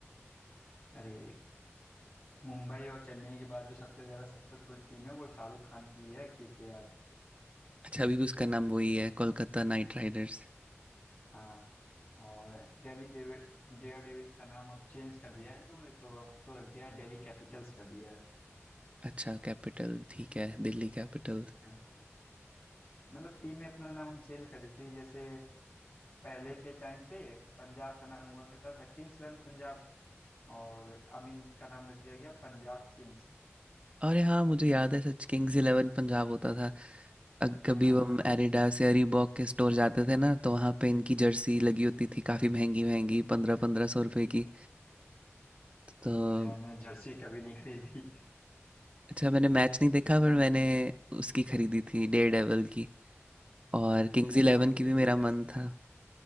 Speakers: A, on the left; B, on the right.
A: अरे मुंबई और चेन्नई के बाद जो सबसे ज़्यादा सक्सेसफुल टीम है वो शाहरुख खान की ही है के के आर
B: अच्छा अभी भी उसका नाम वही है कोलकाता नाइट राइडर्स
A: हाँ और दिल्ली डेविड डेयर डेविल्स का नाम अब चेंज कर दिया है इन लोगों ने तो अब तो रख दिया है दिल्ली कैपिटल्स कर दिया है
B: अच्छा कैपिटल ठीक है दिल्ली कैपिटल
A: हाँ मतलब टीम में अपना नाम हम चेंज कर देते हैं जैसे पहले के टाइम पे पंजाब का नाम हुआ करता था किंग्स इलेवन पंजाब और अब इनका नाम रख दिया गया पंजाब किंग्स
B: और हाँ मुझे याद है सच किंग्स इलेवन पंजाब होता था अग- कभी
A: हाँ
B: हम
A: हाँ
B: एडिडास या रीबॉक के स्टोर जाते थे ना तो वहाँ पे इनकी जर्सी लगी होती थी काफ़ी महंगी महंगी पंद्रह पंद्रह सौ रुपए की तो
A: अरे यार मैंने जर्सी कभी नहीं खरीदी
B: अच्छा मैंने मैच नहीं देखा पर मैंने उसकी खरीदी थी डेयर डेविल की और
A: हम्म,
B: किंग्स इलेवन
A: काफी
B: की
A: अच्छी
B: भी मेरा
A: जर्सी
B: मन था